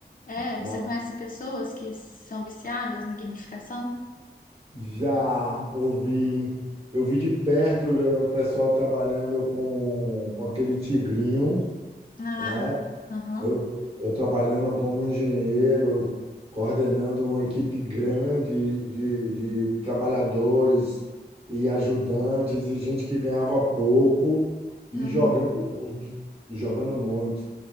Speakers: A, on the left (about 50°); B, on the right (about 35°).
A: É,
B: Mas
A: você conhece pessoas que são viciadas na gamificação?
B: já eu vi, eu vi de perto o pessoal trabalhando com, com aquele tigrinho,
A: Ah,
B: né?
A: aham,
B: Eu, eu trabalhando como engenheiro, coordenando uma equipe grande de, de trabalhadores e ajudantes e gente que ganhava pouco e
A: uhum.
B: jogando muito, jogando muito,